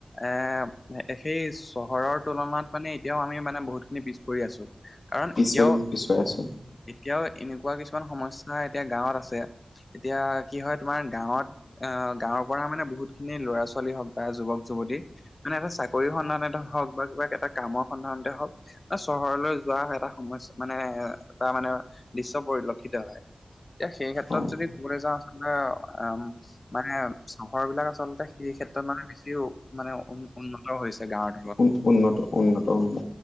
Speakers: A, on the left; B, on the left.
A: এ সেই চহৰৰ তুলনাত মানে এতিয়াও আমি মানে বহুত খিনি পিছ পৰি আছো। কাৰণ
B: পিছই
A: এতিয়াও
B: পিছুৱাই আছো।
A: এতিয়াও এনেকুৱা কিছুমান সমস্যা এতিয়া গাঁৱত আছে। এতিয়া কি হয় তোমাৰ গাঁৱত আ গাঁৱৰ পৰা মানে বহুত খিনি ল'ৰা-ছোৱালী হওক বা যুৱক-যুৱতী মানে এটা চাকৰি সন্ধানতে হওক বা কিবা এটা কামৰ সন্ধানতে হওক আ চহৰলৈ যোৱা এটা সমস্যা মানে এটা মানে দৃশ্য পৰিলক্ষিত হয়। এতিয়া সেই ক্ষেত্ৰত
B: হয়
A: যদি ক'বলে যাওঁ আচলতে অ-অম মানে চহৰ বিলাক আচলতে সেই ক্ষেত্ৰত মানে বেছি মানে উ উন্নত হৈছে। গাঁৱত
B: উন উন্নত, উন্নত, উন্নত